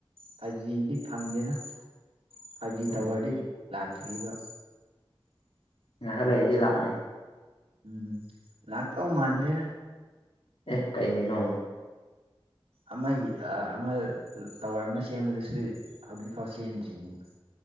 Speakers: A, on the right; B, on the left.
A: ꯐꯥꯏꯚ ꯖꯤꯗꯤ ꯐꯪꯗꯦꯗ ꯐꯥꯏꯚ ꯖꯤ
B: ꯎꯝ
A: ꯇꯥꯋꯔꯗꯤ ꯂꯥꯛꯇ꯭ꯔꯤꯕ
B: ꯉꯥꯏꯍꯥꯛ ꯂꯩꯔꯗꯤ ꯂꯥꯛꯑꯅꯤ
A: ꯎꯝ ꯂꯥꯛꯇꯧ ꯃꯥꯟꯗ꯭ꯔꯦꯗ
B: ꯑꯦ ꯀꯩꯒꯤꯅꯣ
A: ꯑꯃꯒꯤ ꯑꯥ ꯑꯃ ꯇꯥꯋꯔ ꯑꯃ ꯁꯦꯝꯕꯗꯨꯁꯨ ꯍꯧꯖꯤꯛꯐꯥꯎ ꯁꯦꯝꯗ꯭ꯔꯤꯅꯤ